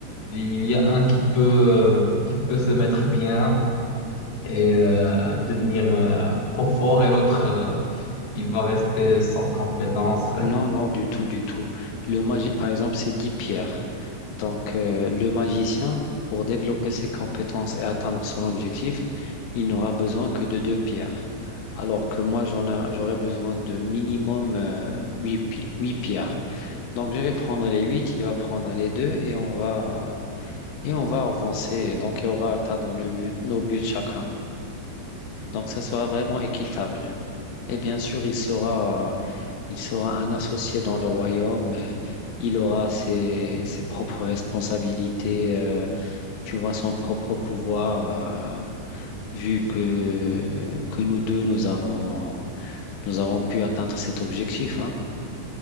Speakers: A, on the left; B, on the left.
A: il y a un qui peut euh, qui peut se mettre bien et euh, devenir euh, trop fort et l'autre euh, il va rester sans compétence. <laughs>
B: Non, non, du tout, du tout. Le magi, par exemple, c'est 10 pierres. Donc, euh, le magicien, pour développer ses compétences et atteindre son objectif, il n'aura besoin que de deux pierres. Alors que moi, j'en ai- j'aurais besoin de minimum euh, huit pi- huit pierres. Donc, je vais prendre les huit, il va prendre les deux et on va, et on va avancer. Donc, et on va atteindre nos buts, nos buts chacun. Donc, ça sera vraiment équitable. Et bien sûr, il sera. Il sera un associé dans le royaume. euh, Il aura ses, ses propres responsabilités. euh, tu vois, son propre pouvoir. euh, vu que, que nous deux, nous avons, nous avons pu atteindre cet objectif, hein.